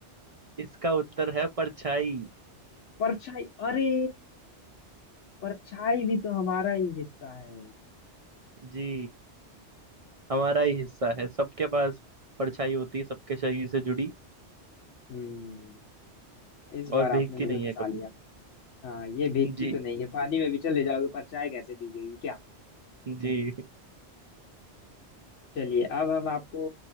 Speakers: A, on the right (about 50°); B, on the left (about 85°).
A: इसका उत्तर है परछाई
B: परछाई अरे परछाई भी तो हमारा ही हिस्सा है
A: जी हमारा ही हिस्सा है सबके पास परछाई होती है सबके शरीर से जुड़ी
B: हम्म इस बार
A: और
B: आपने
A: भीगती
B: मुझे
A: नहीं
B: फंसा
A: है कभी
B: लिया हाँ ये भीगती
A: जी
B: तो नहीं है पानी में भी चले जाओगे परछाई कैसे भीगेगी क्या
A: जी
B: चलिए अब हम आपको